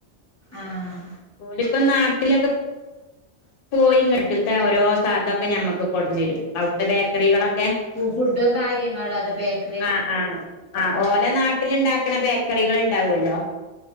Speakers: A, on the left; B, on the left.
A: ആഹ്
B: ഓലിപ്പ നാട്ടിലൊക്കെ
A: <inaudible>
B: പോയിങ്ങട്ട്ത്തെ ഓരോ സാധനൊക്കെ ഞമ്മക്ക് കൊട്ന്നരും അവിടുത്തെ ബേക്കറികളൊക്കെ
A: ഫു ഫുഡും കാര്യങ്ങളും അത് ബേക്
B: ആഹ് ആഹ് ആഹ് ഓല നാട്ടില്ണ്ടാക്കണ ബേക്കറികൾ ഉണ്ടാവല്ലോ